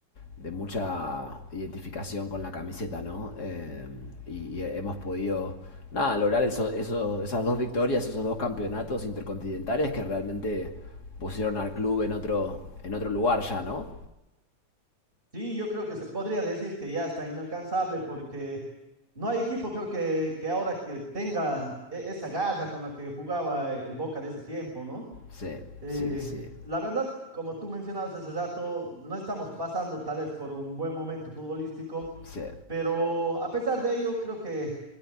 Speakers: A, on the left; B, on the right.
A: de mucha identificación con la camiseta, ¿no? Eh, y, y hemos podido, nada, lograr eso, eso- esas dos victorias, esos dos campeonatos intercontinentales que realmente pusieron al club en otro, en otro lugar ya, ¿no?
B: Sí, yo creo que se podría decir que ya está inalcanzable porque no hay equipo creo que, que ahora que tenga e- esa garra con la que jugaba el Boca de ese tiempo, ¿no?
A: Sí,
B: Eh,
A: sí, sí,
B: la verdad, como tú mencionabas hace rato, no estamos pasando tal vez por un buen momento futbolístico,
A: sí.
B: pero a pesar de ello, creo que,